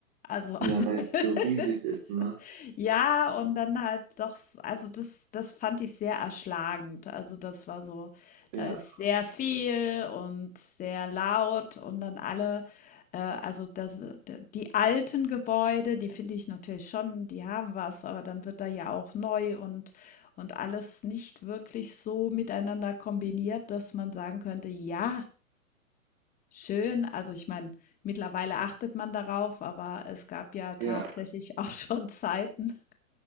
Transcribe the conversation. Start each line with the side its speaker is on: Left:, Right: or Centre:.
Left: Also
Right: Ja,
Left: <laughs>
Right: weil es so riesig
Left: Das
Right: ist,
Left: ist-
Right: ne?
Left: Ja, und dann halt doch, also das, das fand ich sehr erschlagend. Also das war so,
Right: Ja,
Left: da ist sehr viel und sehr laut und dann alle, äh, also das, d- die alten Gebäude, die finde ich natürlich schon, die haben was, aber dann wird da ja auch neu und, und alles nicht wirklich so miteinander kombiniert, dass man sagen könnte, ja, Schön. Also, ich meine, mittlerweile achtet man darauf, aber es gab ja tatsächlich
Right: ja,
Left: auch <laughs> schon Zeiten,